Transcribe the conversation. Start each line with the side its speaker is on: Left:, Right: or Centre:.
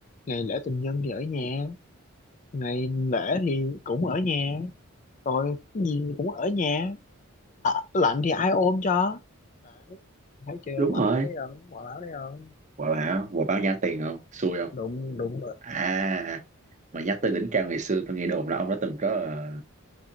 Left: ngày lễ tình nhân thì ở nhà ngày lễ thì cũng ở nhà rồi cái gì cũng ở nhà à, lạnh thì ai ôm cho Đấy, thấy chưa
Right: đúng
Left: quả
Right: rồi
Left: báo đấy không quả báo đấy không
Right: quả báo quả báo nhắn tiền không xui không
Left: đụng đụng
Right: à mà nhắc tới đỉnh cao ngày xưa tôi nghe đồn là ông đã từng có ờ,